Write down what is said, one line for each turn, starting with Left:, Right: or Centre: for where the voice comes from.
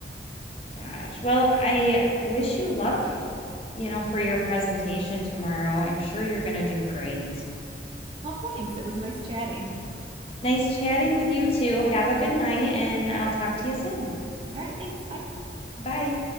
Left: Gosh. Well, I wish you luck you know, for your presentation tomorrow. I'm sure you're going to do great.
Right: Well, thanks. It was nice chatting.
Left: Nice chatting with you too. Have a good night, and I'll talk to you soon.
Right: All right, thanks. Bye.
Left: Bye.